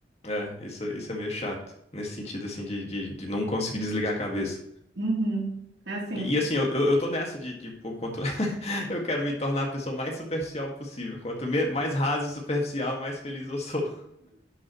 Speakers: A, on the left; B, on the right.
A: é, isso, isso é meio chato, nesse sentido assim de, de, de não conseguir desligar a cabeça.
B: Uhum. É assim.
A: E e, assim, eu, eu eu tô nessa de, de pô, quanto <laughs> eu quero me tornar a pessoa mais superficial possível. Quanto me- mais raso e superficial, mais feliz eu sou.